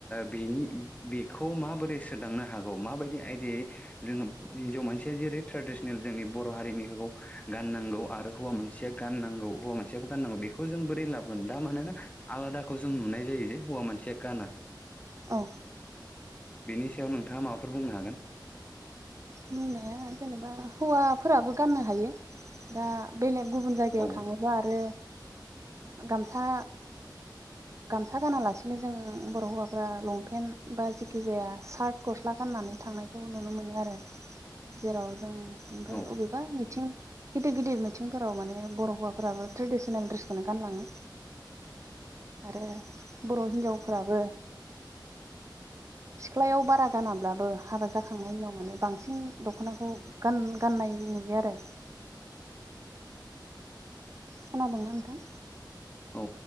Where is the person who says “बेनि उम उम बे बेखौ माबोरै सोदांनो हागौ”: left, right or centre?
Left